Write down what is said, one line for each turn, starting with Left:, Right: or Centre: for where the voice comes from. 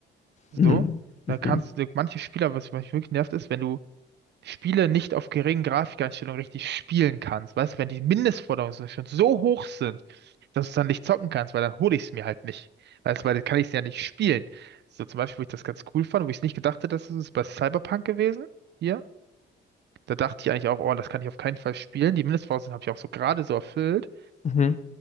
Left: Mhm.
Right: So. Und
Left: Mhm.
Right: dann kannst du, manche Spieler, was mich wirklich nervt, ist, wenn du Spiele nicht auf geringen Grafikeinstellungen richtig spielen kannst. Weißt du, wenn die Mindestforderungen so- schon so hoch sind, dass du es dann nicht zocken kannst, weil dann hole ich es mir halt nicht. Weißt du, weil dann kann ich es ja nicht spielen. So zum Beispiel, wo ich das ganz cool fand, wo ich es nicht gedacht hätte, dass es ist bei Cyberpunk gewesen. Hier. Da dachte ich eigentlich auch, oh, das kann ich auf keinen Fall spielen. Die Mindestvoraussetzungen habe ich auch so gerade so erfüllt.
Left: Mhm.